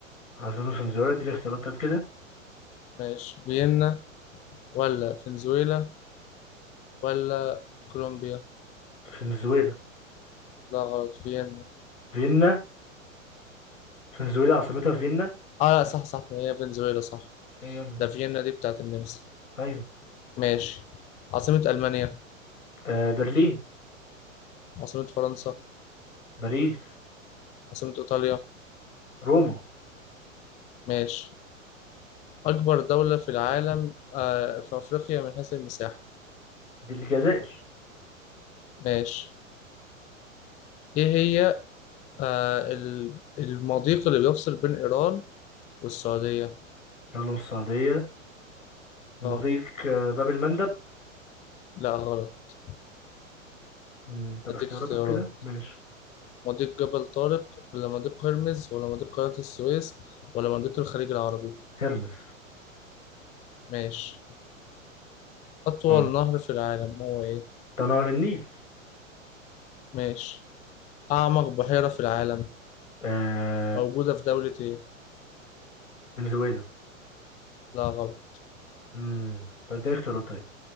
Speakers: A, on the left (about 75°); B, on the left (about 20°).
A: عاصمة فنزويلا اديني اختيارات طيب كده
B: ماشي فيينا ولا فنزويلا ولا كولومبيا
A: فنزويلا
B: لا غلط فيينا
A: فيينا فنزويلا عاصمتها فيينا
B: اه لا صح صح هي فنزويلا صح
A: ايه يا ابني
B: ده فيينا دي بتاعت النمسا
A: ايوه
B: ماشي عاصمة ألمانيا
A: آه برلين
B: عاصمة فرنسا
A: باريس
B: عاصمة إيطاليا
A: روما
B: ماشي أكبر دولة في العالم آه في أفريقيا من حيث المساحة
A: دي الجزائر
B: ماشي إيه هي آه ال- المضيق اللي بيفصل بين إيران والسعودية
A: لبنان السعودية مضيق
B: اه
A: آه باب المندب
B: لا غلط
A: مم، طب
B: أديك
A: اختياراتك
B: اختيارات
A: كده ماشي
B: مضيق جبل طارق ولا مضيق هرمز ولا مضيق قناة السويس ولا مضيق الخليج العربي
A: هرمس
B: ماشي أطول
A: اه
B: نهر في العالم هو إيه؟
A: ده نهر النيل
B: ماشي أعمق بحيرة في العالم
A: آه
B: موجودة في دولة إيه؟
A: فنزويلا
B: لا غلط
A: امم طب اديني اختيارات طيب